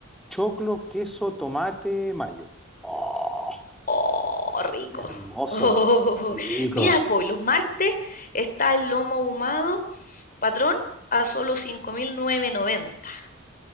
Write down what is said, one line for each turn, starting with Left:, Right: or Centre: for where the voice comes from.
Centre: choclo, queso, tomate, mayo. ¡Oh!
Left: ¡Oh, rico!
Centre: Hermoso,
Left: <laughs> Oh,
Centre: rico.
Left: Mira, po, y los martes está el lomo ahumado patrón a solo 5.990.